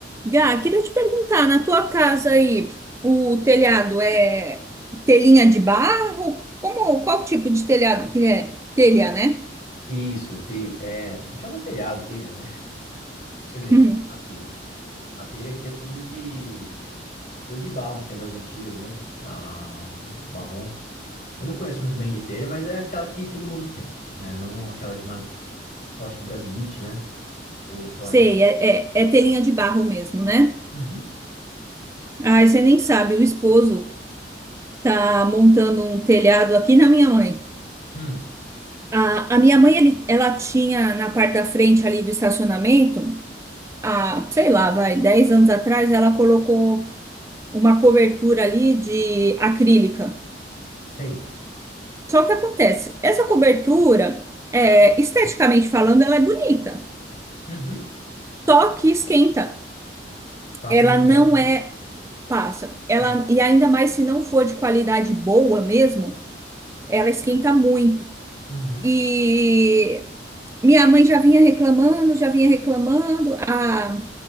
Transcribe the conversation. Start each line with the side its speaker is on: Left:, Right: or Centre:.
Right: Gá, queria te perguntar, na tua casa aí, o telhado é telhinha de barro? Como, qual tipo de telhado que é? Telha, né?
Left: Isso, telha, é, a gente chama telhado, telha, né? <laughs> Quer dizer,
Right: Hum,
Left: a telha. A telha aqui é tudo de, tudo de barro, aquela das antigas mesmo, a marrom. Eu não conheço muito bem de telha, mas é aquela que todo mundo tem, né? Não aquela de, uma, acho que brasilite, né? Ou, sei
Right: Sei,
Left: lá, de outro.
Right: é, é, é telhinha de barro mesmo, né?
Left: Uhum,
Right: Ai, você nem sabe, o esposo tá montando um telhado aqui na minha mãe.
Left: hum,
Right: A, a minha mãe, ele- ela tinha na parte da frente ali do estacionamento, há, sei lá, vai, 10 anos atrás, ela colocou uma cobertura ali de acrílica.
Left: sei.
Right: Só que acontece, essa cobertura, é, esteticamente falando, ela é bonita,
Left: Uhum,
Right: só que esquenta.
Left: passa
Right: Ela
Left: luz direto,
Right: não
Left: né?
Right: é passa. Ela
Left: Uhum,
Right: e ainda mais se não for de qualidade boa mesmo, ela esquenta muito.
Left: uhum,
Right: E minha mãe já vinha reclamando, já vinha reclamando, a